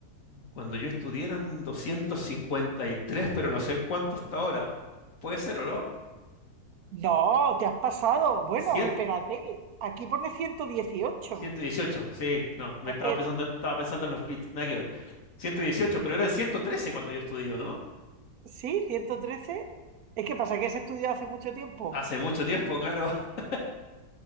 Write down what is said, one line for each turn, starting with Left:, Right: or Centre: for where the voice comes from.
Left: Cuando yo estudié eran 253, pero no sé en cuánto hasta ahora. ¿Puede ser o no?
Right: No, te has pasado. Bueno,
Left: 100,
Right: espérate. Aquí pone 118.
Left: 118, sí. No, me
Right: A
Left: estaba
Right: ver,
Left: pensando, estaba pensando en los bits, nada que ver. 118, pero eran 113 cuando yo estudié, ¿no?
Right: sí, 113. Es que pasa que has estudiado hace mucho tiempo.
Left: Hace mucho tiempo, claro. <laughs>